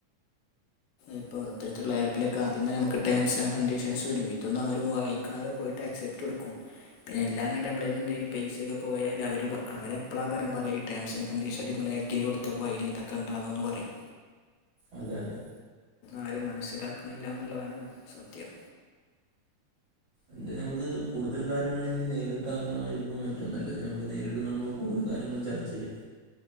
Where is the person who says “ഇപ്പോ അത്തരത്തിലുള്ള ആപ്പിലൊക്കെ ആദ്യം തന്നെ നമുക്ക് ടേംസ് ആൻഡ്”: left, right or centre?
Left